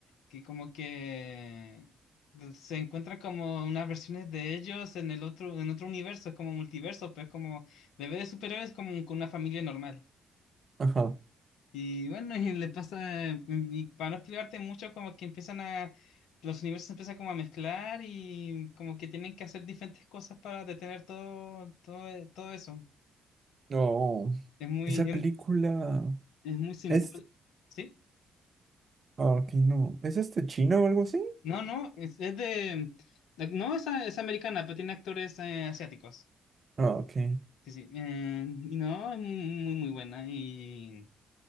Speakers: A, on the left; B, on the right.
A: que como que pues, se encuentra como unas versiones de ellos en el otro, en otro universo, es como multiverso, pues como bebé de superhéroes como con una familia normal.
B: Ajá.
A: Y bueno, y le pasa, y para no explicarte mucho, como que empiezan a, los universos empiezan como a mezclar y como que tienen que hacer diferentes cosas para detener todo, todo, todo eso.
B: No,
A: Es muy,
B: esa película
A: es, es muy simbólico.
B: es...
A: ¿Sí?
B: Ah, ok, no. ¿Es este chino o algo así?
A: No, no, es, es de, de- no, es, es americana, pero tiene actores eh, asiáticos.
B: Ah, ok.
A: Sí, sí. Eh, y no, es muy, muy buena. Y